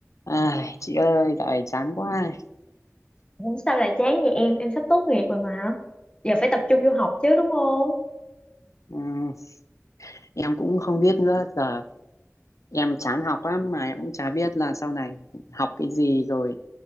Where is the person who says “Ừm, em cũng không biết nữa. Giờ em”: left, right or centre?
Left